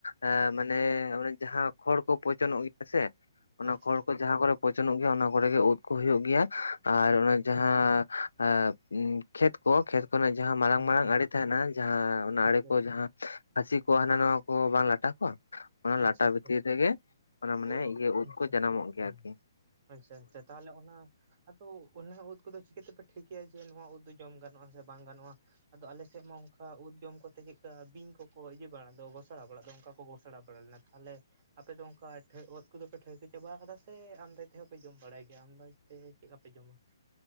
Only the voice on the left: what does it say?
ᱟᱢ ᱢᱟᱱᱮ ᱚᱱᱮ ᱡᱟᱦᱟᱸ ᱠᱷᱚᱲ ᱠᱚ ᱯᱚᱪᱚᱱᱚᱜ ᱜᱮᱭᱟ ᱥᱮ ᱚᱱᱟ
ᱠᱷᱚᱲ ᱠᱚ ᱡᱟᱦᱟᱸ ᱠᱚᱨᱮ ᱯᱚᱪᱚᱱᱚᱜ ᱜᱮᱭᱟ ᱚᱱᱟ ᱠᱚᱨᱮ ᱩᱫ ᱠᱚ ᱦᱩᱭᱩᱜ ᱜᱮᱭᱟ ᱟᱨ
ᱚᱱᱟ
ᱡᱟᱦᱟᱸ ᱟᱨ ᱠᱷᱮᱛ ᱠᱚ ᱠᱷᱮᱛ ᱠᱚᱨᱮᱱᱟᱜ ᱡᱟᱦᱟᱸ ᱢᱟᱨᱟᱝ
ᱢᱟᱨᱟᱝ
ᱟᱲᱮ ᱛᱟᱦᱮᱱᱟ ᱡᱟᱦᱟᱸ ᱚᱱᱟ
ᱟᱲᱮ ᱠᱚ ᱡᱟᱦᱟᱸ ᱠᱦᱟᱹᱥᱤ ᱠᱚ ᱦᱟᱱᱟ ᱱᱟᱣ ᱠᱚ ᱵᱟᱝ ᱞᱟᱴᱟ ᱠᱚᱣᱟ ᱚᱱᱟ
ᱞᱟᱴᱟ
ᱵᱷᱤᱛᱤᱨ ᱨᱮᱜᱮ ᱚᱱᱟ ᱢᱟᱱᱮ
ᱤᱭᱟᱹ ᱩᱫ
ᱠᱚ ᱡᱟᱱᱟᱢᱚᱜ ᱜᱮᱭᱟ
ᱠᱤ